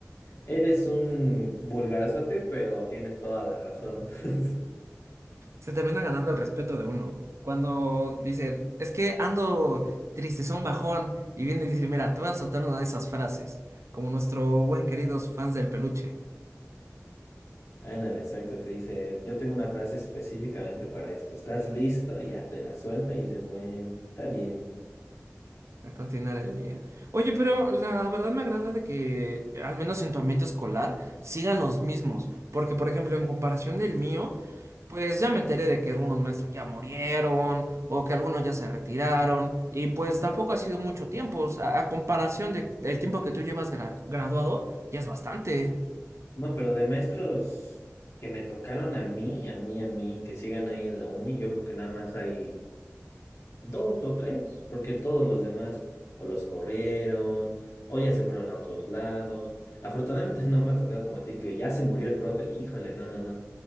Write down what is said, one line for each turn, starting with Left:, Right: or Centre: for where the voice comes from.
Left: eres un vulgarzote, pero tienes toda la razón. <laughs>
Right: se termina ganando el respeto de uno. Cuando dicen, es que ando tristezón, bajón, y viene y dice, mira, te voy a soltar una de esas frases, como nuestro buen queridos fans del peluche,
Left: Ándale, exacto. Te dice, yo tengo una frase específicamente para esto. ¿Estás listo? Ya te la suelta y dices, bueno, está bien.
Right: a continuar el día. Oye, pero la verdad me agrada de que, al menos en tu ambiente escolar, sigan los mismos, porque por ejemplo, en comparación del mío, Pues ya me enteré de que algunos maestros ya murieron o que algunos ya se retiraron y pues tampoco ha sido mucho tiempo, o sea, a comparación de el tiempo que tú llevas gra- graduado, ya es bastante.
Left: No, pero de maestros que me tocaron a mí, a mí, a mí, que sigan ahí en la uni, yo creo que nada más hay dos o tres, porque todos los demás o los corrieron o ya se fueron a otros lados. Afortunadamente <laughs> no me ha tocado como a ti, que ya se murió el profe, híjole, no, no, no.